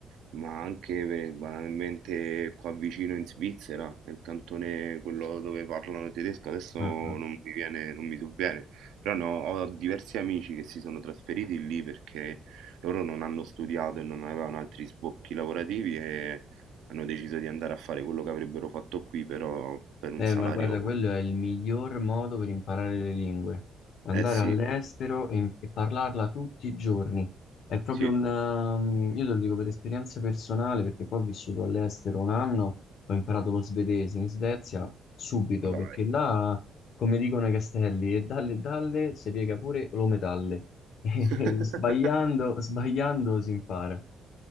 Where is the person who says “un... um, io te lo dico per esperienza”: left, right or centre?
Left